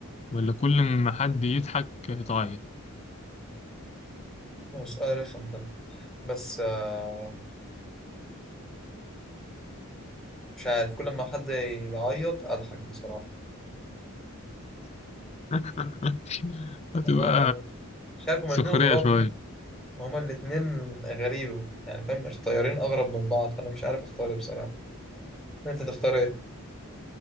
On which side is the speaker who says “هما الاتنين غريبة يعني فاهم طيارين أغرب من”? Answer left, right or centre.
Centre